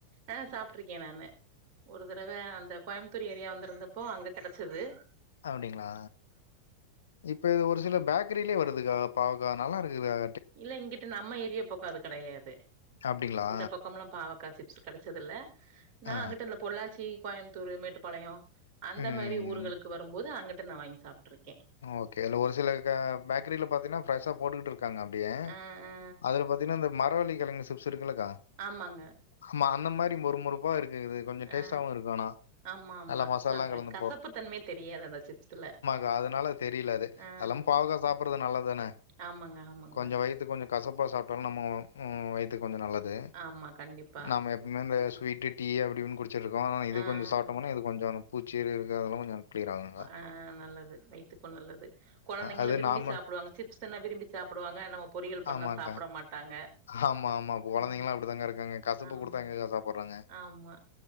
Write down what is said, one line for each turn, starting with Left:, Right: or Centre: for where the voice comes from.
Right: அ அ சாப்ட்ருக்கே நானு. ஒரு தடவ அந்த கோயம்புத்தூர் ஏரியா வந்திருந்தப்போ அங்க கெடைச்சுது.
Left: அப்டிங்ளா இப்ப இது ஒரு சில பேக்கரிலியே வருதுக்கா பாவக்கா நல்லாருக்குது அ
Right: இல்ல இங்கிட்டு நம்ம ஏரியா பக்கோ அது கெடையாது
Left: அப்படிங்களா?
Right: இந்த பக்கம்ல்லா பாவக்கா சிப்ஸ் கெடைச்சது இல்ல நா
Left: ஆ.
Right: அங்கிட்டு அதல பொள்ளாச்சி, கோயமுத்தூரு, மேட்டுப்பாளையோ, அந்த
Left: ம்.
Right: மாரி ஊர்களுக்கு வரும்போது அங்கிட்டு நா வாங்கி சாப்ட்ருக்கே.
Left: ஓகே அதுல ஒரு சில க பேக்கரில பாத்தீனா ஃப்ரெஷ்ஷா போட்டுக்கிட்டு இருக்காங்க அப்டியே.
Right: ஆ ஆ
Left: அதுல பாத்தீங்கனா அந்த மரவள்ளி கெழங்கு சிப்ஸ் இருக்குல்லக்கா
Right: ஆமாங்க
Left: ஆமா அந்த மாரி மொறு மொறுப்பா இருக்கு இது கொஞ்சோ
Right: ஆ
Left: டேஸ்ட்டாவு இருக்கு ஆனா.
Right: ஆமா ஆமா
Left: நல்லா மசாலாலாம்
Right: சாப்புட்ரு
Left: கலந்து
Right: கசப்புத்தன்மை தெரியாது அந்த சிப்ஸ்ல.
Left: கா அதுனால அது தெரில அது
Right: ஆ
Left: அது இல்லாம் பாவக்கா சாப்பறது நல்லத் தான
Right: ஆமாங்க ஆமாங்க
Left: கொஞ்சோ வயித்துக் கொஞ்சோ கசப்பா சாப்ட்டாலு நம்ம ம் வயித்துக் கொஞ்சோ நல்லது
Right: ஆமா கண்டிப்பா
Left: நம்ம எ இன்னு இந்த ஸ்வீட்டு டீயி அப்டி இப்பின் குடி ச்சிருக்கோ ஆனா இது
Right: ஆ
Left: கொஞ்சோ சாப்ட்டம்னா இது கொஞ்சோ அந்த பூச்சி இருக்குறதெல்லா கொஞ்சோ கிளியராகுங்கா.
Right: அ நல்லது வை த்துக்கு நல்லது கொழந்தைங்களு
Left: அது
Right: விரும்பி
Left: நாம
Right: சாப்புடுவாங்க சிப்ஸ்ன்னா விரும்பி சாப்புடுவாங்க நம்ம பொரியல் பண்ணா
Left: ஆமாக்கா.
Right: சாப்ட மாட்டாங்க.
Left: ஆமா ஆமா இப்ப கொழந்தைங்கள்லா
Right: ஆ
Left: அப்டித்தாங்கா இருக்காங்க கசப்ப
Right: ஆமா
Left: குடுத்தா எங்கக்கா சாப்பறாங்க.
Right: ஆமா